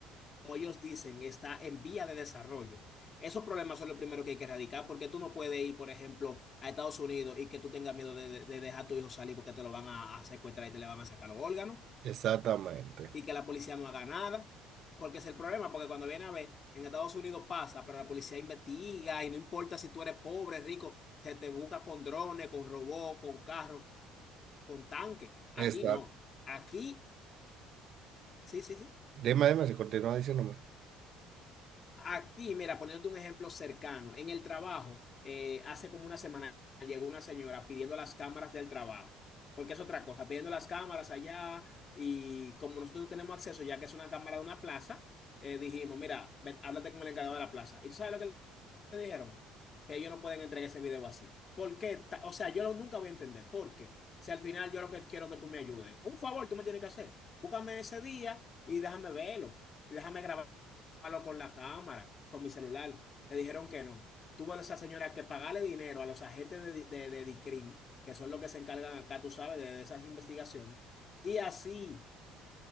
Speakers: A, on the left; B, on the right.
A: como ellos dicen está en vía de desarrollo. Esos problemas son los primeros que hay que erradicar porque tú no puedes ir, por ejemplo, a Estados Unidos y que tú tengas miedo de, de- de dejar a tu hijo salir porque te lo van a, a secuestrar y te le van a sacar los órganos.
B: Exactamente.
A: y que la policía no haga nada, porque es el problema, porque cuando viene a ver, en Estados Unidos pasa, pero la policía investiga y no importa si tú eres pobre, rico, se te busca con drones, con robots, con carros, con tanques. Aquí
B: Exacto.
A: no. Aquí, sí, sí, sí.
B: Dime, dime si continúa diciéndome.
A: Aquí, mira, poniéndote un ejemplo cercano, en el trabajo, eh, hace como una semana llegó una señora pidiendo las cámaras del trabajo, porque es otra cosa, pidiendo las cámaras allá y como nosotros no tenemos acceso, ya que es una cámara de una plaza, eh, dijimos, mira, ven, háblate con el encargado de la plaza. ¿Y tú sabes lo que me dijeron que ellos no pueden entregar ese video así. ¿Por qué? ta- O sea, yo lo- nunca voy a entender. ¿Por qué? Si al final yo lo que quiero que tú me ayudes. Un favor, tú me tienes que hacer. Búscame ese día y déjame verlo. Y déjame grabarlo con la cámara, con mi celular. Le dijeron que no. Tuvo esa señora que pagarle dinero a los agentes de, de, de DICRIM, que son los que se encargan acá, tú sabes, de, de esas investigaciones. Y así.